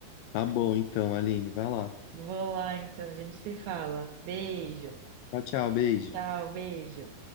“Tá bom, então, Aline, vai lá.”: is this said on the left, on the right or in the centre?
Left